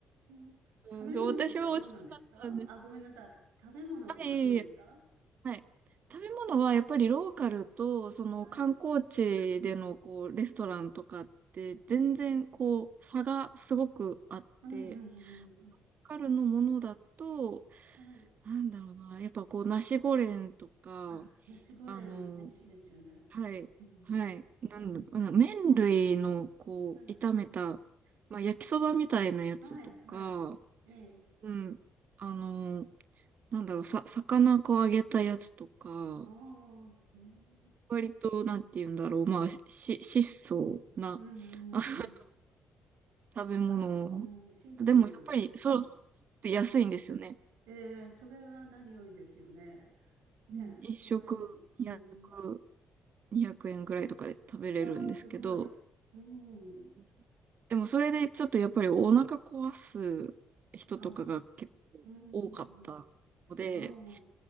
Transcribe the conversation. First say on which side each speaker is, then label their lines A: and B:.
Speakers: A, on the right; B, on the right.
A: ん。食べ物とかどうなんでしたあ、
B: うん、私は落ちなかったんです。
A: ごめんなさい。食べ物とかどうでした
B: あ、いえいえ。はい。食べ物はやっぱりローカルと、その観光地でのこう、
A: はい。
B: レストランとかって、全然こう、
A: ええ。
B: 差がすごくあって、
A: うんうんうん
B: ローカルのものだと、
A: うん。はい。
B: なんだろうな、やっぱこう、ナシゴレンとか、
A: あ、ナシゴレン美味しいですよね。
B: あの、はい、
A: うん。
B: はい、なんだ、うん麺類のこう、
A: はい。
B: 炒めた、まあ、焼きそばみたいなやつとか、
A: はいはい。ええ。
B: うん、あの、
A: うん
B: なんだろう、さ、魚こう揚げたやつとか、
A: ああ、うん
B: 割と、なんて言うんだろう、まあ、し、質素な
A: うん
B: あ <laughs>
A: うんうん。
B: 食べ物。
A: あ、うん、シンプルっていうか。
B: でも、やっぱり、そう、そうそう安いんですよね。
A: ええそれは何よりですよね。ねえ、
B: うん一食200、
A: そんなに。うん。
B: 200円ぐらいとかで食べれるんですけど、
A: ああ、すごい。うん。
B: うんでもそれでちょっとやっぱりお腹壊す人とかが結
A: あ、うんうん
B: 構多かったので、
A: うん。ああ、